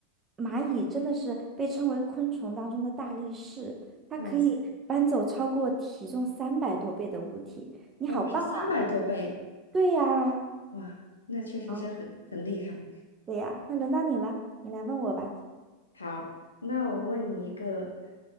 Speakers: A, on the right; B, on the left.
A: 蚂蚁真的是被称为昆虫当中的大力士，它可以搬走超过体重三百多倍的物体。
B: 哦，
A: 你好棒啊！
B: 哦，是三百多倍，
A: 对呀，
B: 哇，那确实是很很厉害。
A: 好，对呀，那轮到你了，你来问我吧。
B: 好，那我问你一个